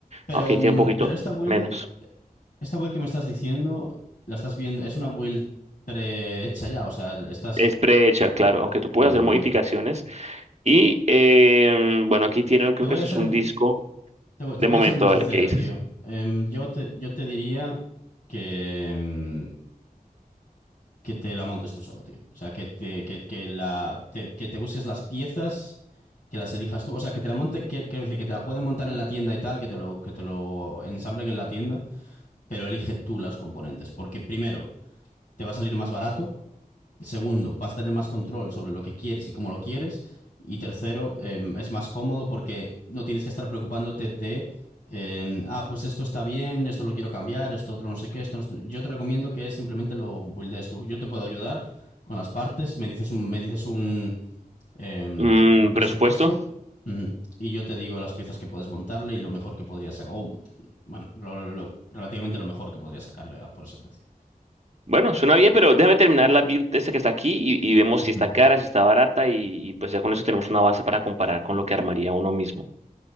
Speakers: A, on the left (about 65°); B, on the right (about 45°).
A: Pero,
B: Ok,
A: mm,
B: tiene un poquito
A: pero esta build,
B: menos.
A: esta build que me estás diciendo, la estás viendo, es una build prehecha ya, o sea, estás...
B: Es prehecha, claro, aunque tú puedes
A: mm,
B: hacer modificaciones. Y eh, bueno, aquí tiene, creo
A: te voy
B: que esto
A: a ser,
B: es un
A: mu-
B: disco
A: te, voy
B: de
A: te voy
B: momento,
A: a ser muy sincero,
B: a ver qué dices.
A: tío. Em, yo te, yo te diría que, mm, que te la montes tú solo, tío. O sea, que te, que, que la, te, que te busques las piezas, que las elijas tú. O sea, que te la monte, que- quiero decir, que te la pueden montar en la tienda y tal, que te lo, que te lo ensamblen en la tienda, pero elige tú las componentes, porque primero, te va a salir más barato. Segundo, vas a tener más control sobre lo que quieres y cómo lo quieres. Y tercero, eh, es más cómodo porque no tienes que estar preocupándote de, eh, ah, pues esto está bien, esto lo quiero cambiar, esto otro no sé qué, esto no- Yo te recomiendo que simplemente lo buildes tú. Yo te puedo ayudar con las partes, me dices un, me dices un, eh,
B: Mm,
A: un presupuesto
B: presupuesto.
A: ujú, y yo te digo las piezas que puedes montarle y lo mejor que podrías sacar, o bueno, lo, lo- lo- relativamente lo mejor que podrías sacarle a- por ese precio.
B: Bueno, suena bien, pero déjame terminar la build esta que está aquí y, y vemos
A: Ujú,
B: si está cara, si está barata y, y pues ya con eso tenemos una base para comparar con lo que armaría uno mismo.